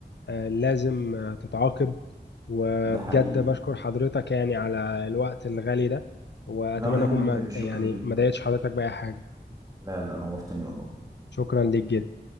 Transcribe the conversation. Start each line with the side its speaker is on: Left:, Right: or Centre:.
Left: آه، لازم آه، تتعاقب وبجد
Right: ده حقيقي
Left: بشكر حضرتك يعني على الوقت الغالي ده واتمنى
Right: لا ولا
Left: اكون
Right: يهمك
Left: ما
Right: عيب الشكر
Left: يعني
Right: ليك
Left: ما ضايقتش حضرتك بأي حاجة
Right: لا لا نورتني والله
Left: شكرا ليك جدا